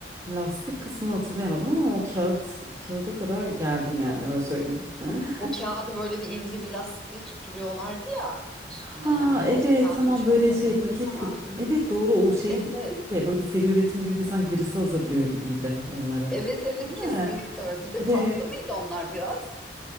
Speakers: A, on the right; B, in the centre.
A: Lastik kısmını hatırlayamadım ama o kağıt kağıda kadar geldim yani öyle söyleyeyim. <laughs>
B: O kağıdı böyle bir ince bir lastikle tutturuyorlardı ya üstüne
A: Ha
B: yani yoksa
A: evet
B: kağıdı
A: tamam
B: uçardı
A: böyle şey
B: hatırlasana.
A: paket gibi.
B: Hı hı.
A: Evet doğru o şey
B: Evet
A: değildi
B: evet.
A: ki böyle seri üretim gibi değil sanki birisi hazırlıyor gibiydi onları.
B: Evet evet
A: Değil
B: kesinlikle
A: mi?
B: öyle. Bir de
A: Evet.
B: tatlı mıydı onlar biraz?